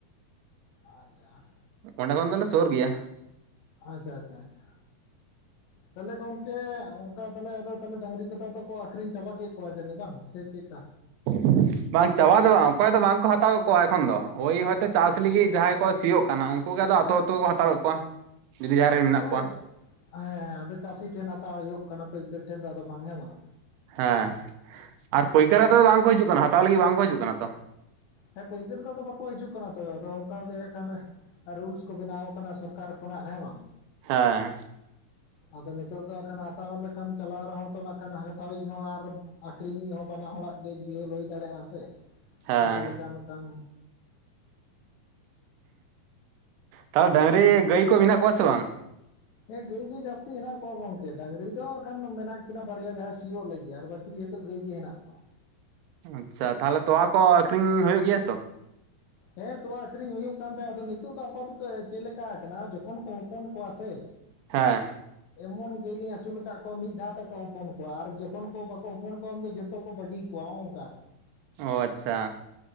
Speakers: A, on the left; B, on the right.
A: ᱟ ᱟᱪᱪᱷᱟ
B: ᱚᱸᱰᱮ ᱠᱷᱚᱱ ᱫᱚᱞᱮ ᱥᱳᱨ ᱜᱤᱭᱟ,
A: ᱟᱪᱪᱷᱟ ᱟᱪᱪᱷᱟ ᱟᱪᱪᱷᱟ ᱛᱟᱦᱚᱞᱮ ᱜᱚᱢᱠᱮ ᱚᱱᱠᱟ ᱛᱟᱦᱞᱮ ᱟᱫᱚ ᱛᱟᱦᱞᱮ ᱰᱟᱝᱨᱤ ᱠᱚᱫᱚ ᱛᱚ ᱠᱚ ᱟᱠᱠᱷᱨᱤᱧ ᱪᱟᱵᱟ ᱠᱮᱫ ᱠᱚᱣᱟ ᱡᱟᱹᱱᱤᱡ ᱵᱟᱝ ᱥᱮ ᱪᱮᱫ ᱠᱟ
B: <inaudible> ᱵᱟᱝ ᱪᱟᱵᱟ ᱫᱚ ᱵᱟᱝ ᱚᱠᱚᱭ ᱫᱚ ᱵᱟᱝᱠᱚ ᱦᱟᱛᱟᱣᱮᱫ ᱠᱚᱣᱟ ᱮᱠᱷᱚᱱ ᱫᱚ ᱳᱭ ᱦᱚᱭᱛᱳ ᱪᱟᱥ ᱞᱟᱹᱜᱤᱫ ᱡᱟᱦᱟᱸᱭ ᱠᱚ ᱥᱤᱭᱳᱜ ᱠᱟᱱᱟ ᱩᱱᱠᱩ ᱜᱮ ᱟᱫᱚ ᱱᱤᱛᱳᱜ ᱛᱚ ᱠᱚ ᱦᱟᱛᱟᱣᱮᱫ ᱠᱚᱣᱟ ᱵᱟᱨᱤᱭᱟ ᱨᱮ ᱢᱮᱱᱟᱜ
A: ᱦᱳᱭ
B: ᱠᱚᱣᱟ
A: ᱦᱮᱸ ᱟᱫᱚ ᱪᱟᱹᱥᱤ ᱴᱷᱮᱱ ᱦᱟᱛᱟᱣ ᱦᱩᱭᱩᱜ ᱠᱟᱱᱟ ᱯᱟᱹᱭᱠᱟᱹᱨ ᱴᱷᱮᱱ ᱫᱚ ᱟᱫᱚ ᱵᱟᱝ ᱦᱮᱸ ᱵᱟᱝ
B: ᱦᱮᱸ ᱟᱨ ᱯᱟᱹᱭᱠᱟᱨ ᱟᱫᱚ ᱵᱟᱝ ᱠᱚ ᱦᱤᱡᱩᱜ ᱠᱟᱱᱟ ᱦᱟᱛᱟᱣ ᱞᱟᱹᱜᱤᱫ ᱵᱟᱝ ᱠᱚ ᱦᱤᱡᱩᱜ ᱠᱟᱱᱟ ᱛᱚ
A: ᱦᱮᱸ ᱯᱟᱹᱭᱠᱟᱹᱨ ᱠᱚ ᱟᱫᱚ ᱵᱟᱠᱚ ᱦᱤᱡᱩᱜ ᱠᱟᱱᱟ ᱛᱚ ᱟᱫᱚ ᱚᱱᱠᱟ ᱜᱮ ᱠᱟᱱᱟ᱾ ᱨᱩᱞᱥ ᱠᱚ ᱵᱮᱱᱟᱣ ᱠᱟᱱᱟ ᱥᱚᱨᱠᱟᱨ ᱠᱷᱚᱱᱟᱜ ᱦᱮᱸ ᱵᱟᱝ
B: ᱦᱮᱸ
A: ᱟᱫᱚ ᱱᱤᱛᱳᱜ ᱫᱚ ᱦᱟᱸᱜ ᱠᱷᱟᱱ ᱦᱟᱛᱟᱣᱟ ᱞᱮᱠᱷᱟᱱ ᱪᱟᱞᱟᱣ ᱨᱮᱦᱚᱸ ᱛᱚ ᱱᱟᱜ ᱠᱷᱟᱱ ᱦᱟᱛᱟᱣᱤᱡ ᱦᱚᱸ ᱟᱨ ᱟᱠᱷᱨᱤᱧᱤᱡ ᱦᱚᱸ ᱵᱟᱱᱟ ᱦᱚᱲᱟᱜ ᱜᱮ ᱡᱤᱦᱚᱞ ᱦᱩᱭ ᱫᱟᱲᱮᱭᱟᱜᱼᱟ ᱥᱮ,
B: ᱦᱮᱸ
A: ᱚᱱᱠᱟ ᱞᱮᱠᱟ ᱢᱮᱫᱴᱟᱝ
B: ᱛᱟᱦᱚᱞᱮ ᱰᱟᱝᱨᱤ ᱜᱟᱹᱭ ᱠᱚ ᱢᱮᱱᱟᱜ ᱠᱚᱣᱟ ᱥᱮ ᱵᱟᱝ
A: ᱦᱮᱸ ᱜᱟᱹᱭ ᱜᱮ ᱡᱟᱹᱥᱛᱤ ᱦᱮᱱᱟᱜ ᱠᱚᱣᱟ ᱜᱚᱝᱠᱮ ᱰᱟᱝᱨᱤ ᱫᱚ ᱟᱠᱷᱟᱱ ᱢᱮᱱᱟᱜ ᱠᱤᱱᱟ ᱵᱟᱨᱭᱟ ᱡᱟᱦᱟᱸ ᱥᱤᱭᱚᱜ ᱞᱟᱹᱜᱤᱫ ᱟᱨ ᱵᱟᱠᱤ, ᱱᱤᱛ ᱡᱚᱛᱚ ᱜᱟᱹᱭ ᱜᱮ ᱦᱮᱱᱟᱜ ᱠᱚᱣᱟ᱾
B: ᱟᱪᱪᱷᱟ ᱛᱟᱦᱚᱞᱮ ᱛᱚᱣᱟ ᱠᱚ ᱟᱹᱠᱷᱨᱤᱧ ᱦᱩᱭᱩᱜ ᱜᱮᱭᱟ ᱛᱚ᱾
A: ᱦᱮᱸ ᱛᱚᱣᱟ ᱟᱹᱠᱷᱨᱤᱧ ᱦᱩᱭᱩᱜ ᱠᱟᱱ ᱛᱟᱦᱮᱸᱫ ᱟᱫᱚ ᱱᱤᱛᱚᱜ ᱫᱚ ᱟᱯᱟᱛᱚᱛᱚ ᱪᱮᱫ ᱞᱮᱠᱟ ᱠᱟᱱᱟ ᱡᱚᱠᱷᱚᱱ ᱠᱚ ᱦᱚᱯᱚᱱ ᱠᱚᱣᱟ ᱥᱮ,
B: ᱦᱮᱸ,
A: ᱮᱢᱚᱱ ᱜᱟᱹᱭᱞᱤᱧ ᱟᱹᱥᱩᱞ ᱠᱟᱫ ᱠᱚᱣᱟ ᱢᱤᱫ ᱫᱷᱟᱣ ᱛᱮᱠᱚ ᱦᱚᱯᱚᱱ ᱠᱚᱣᱟ ᱟᱨ ᱡᱚᱠᱷᱚᱱ ᱠᱚ ᱵᱟᱠᱚ ᱦᱚᱯᱚᱱ ᱠᱚᱣᱟ ᱩᱱ ᱫᱚ ᱡᱷᱚᱛᱚ ᱠᱚ ᱵᱟᱹᱜᱤ ᱠᱚᱣᱟ᱾ ᱠᱚᱣᱟ ᱦᱚᱸᱜ-ᱚ ᱚᱝᱠᱟ᱾
B: ᱚ ᱟᱪᱪᱷᱟ,